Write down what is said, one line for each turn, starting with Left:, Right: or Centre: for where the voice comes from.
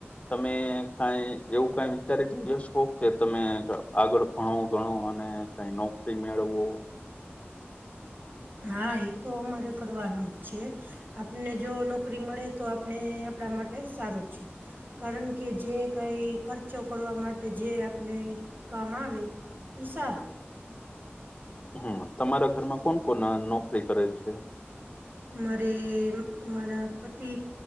Left: તમે કઈ એવું કઈ વિચારે છે શોકો કે તમે આગળ ભણુ ઘણુ અને કઈ નોકરી મેળવવું.
Right: હા એ તો અમારે કરવાનું જ છે. આપને જો નોકરી મળે તો આપને આપણા માટે સારું છે. કારણ કે જે કઈ ખર્ચો કરવા માટે જે આપણે કામ આવે. ઈ સારુ.
Left: હમ્મ તમારા ઘરમાં કોણ કોણ નોકરી કરે છે?
Right: મારે મારા પતિ.